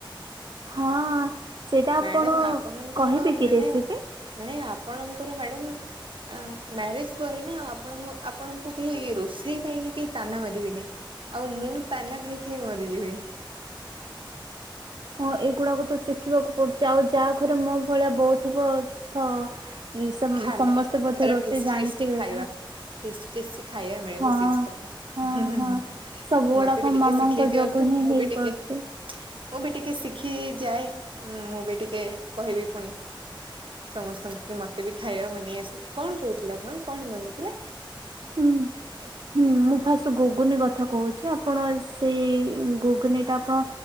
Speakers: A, on the right; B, on the right.
A: ହଁ, ସେଇଟା
B: ମ୍ୟାଡାମ
A: ଆପଣ
B: ଆପଣଙ୍କର
A: କହିବେ କି
B: ମାନେ
A: ରେସିପି?
B: ମାନେ ଆପଣଙ୍କର ମ୍ୟାଡାମ ଆଁ ମ୍ୟାରେଜ ପରେ ନା ଆପଣ ଆପଣଙ୍କୁ କେହି ରୋଷେଇ ପାଇଁ କି କେହି ତାନା ମାରିବେନି। ଆଉ ମୁଁ ତାନା ଖାଇ ଖାଇ ମରିଯିବି।
A: ହଁ ଏଇଗୁଡାକୁ ତ ଶିଖିବାକୁ ପଡୁଛି। ଆଉ ଯାହା ଘରେ ମୋ ଭଳିଆ ବହୁ ଥିବ ତ <unintelligible>
B: ଖାନା
A: ସମସ୍ତେ ବୋଧେ
B: ଭଲ
A: ରୋଷେଇ
B: ଟେଷ୍ଟି
A: ଜାଣିଥିବେ
B: ଟେଷ୍ଟି ଖାଇବା
A: ନା।
B: ଟେଷ୍ଟି ଟେଷ୍ଟି ଖାଇବା ମିଳିବ
A: ହଁ
B: ସେଇଠି ସମସ୍ତ
A: ହଁ
B: ହୁଁ ହୁଁ
A: ହଁ
B: ହୁଁ
A: ସବୁ ଗୁଡାକ
B: ମତେ ବି ଟିକେ
A: ମାମାଙ୍କ
B: ଶିଖେଇ ଦିଅନ୍ତୁ
A: ଯୋଗୁ ହିଁ
B: ମୁଁ
A: ହେଇ
B: ବି ଟିକେ
A: ପରୁଛି।
B: ମୁଁ ବି ଟିକେ ଶିଖି ଯାଏ ମୁଁ ବି ଟିକେ କହିବି ପୁଣି। ସମସ୍ତଙ୍କୁ କି ମତେ ବି ଖାଇବା ବନେଇ ଆସେ କଣ କୋହୁଥିଲେ ଆପଣ କଣ ବନେଇଥିଲେ?
A: ହୁଁ। ହୁଁ ମୁଁ ଫାଷ୍ଟ ଗୁଗୁନି କଥା କୋହୁଚି ଆପଣ ସେଇ ଗୁ ଗୁନିଟା ଆପଣ